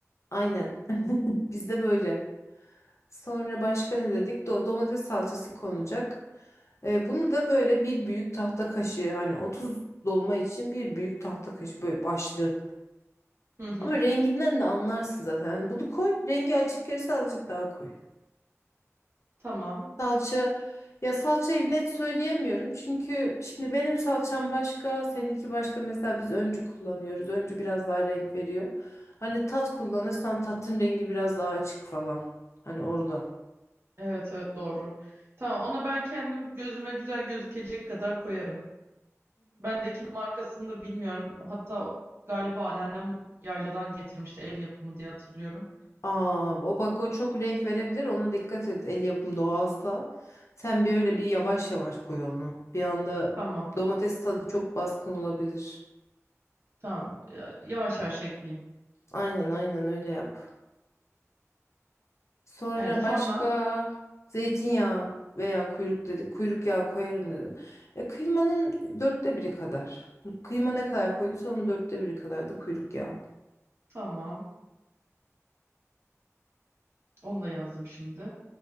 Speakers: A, on the left (about 60°); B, on the right (about 50°).
A: Aynen. Bizde böyle. Sonra başka ne dedik? Do- domates salçası konacak. E, bunu da böyle bir büyük tahta kaşığı hani 30 dolma için bir büyük tahta kaşığı böyle başlı.
B: Hı hı.
A: Ama renginden de anlarsın zaten. Hani bunu koy. Rengi açık gelirse azıcık daha koy.
B: Tamam.
A: Salça ya salçayı net söyleyemiyorum. Çünkü şimdi benim salçam başka, seninki başka. Mesela biz öncü kullanıyoruz. Öncü biraz daha renk veriyor. Hani tat kullanırsan tatın rengi biraz daha açık falan. Hani oradan.
B: Evet evet doğru. Tamam ona ben kendim gözüme güzel gözükecek kadar koyarım. Bendekinin markasını da bilmiyorum. Hatta galiba anneannem yayladan getirmişti el yapımı diye hatırlıyorum.
A: Aa, o bak o çok renk verebilir. Ona dikkat et. El yapım doğalsa. Sen bir öyle bir yavaş yavaş koy onu. Bir anda
B: Tamam,
A: domates tadı çok baskın olabilir.
B: tamam. Ya- Yavaş yavaş ekleyeyim.
A: Aynen aynen öyle yap. Sonra
B: Evet,
A: başka
B: sonra
A: zeytinyağı veya kuyruk dedik. Kuyruk yağı koyarım dedin E, kıymanın dörtte biri kadar. Kıyma ne kadar koyduysan onun dörtte biri kadar da kuyruk yağı.
B: tamam. Onu da yazdım şimdi.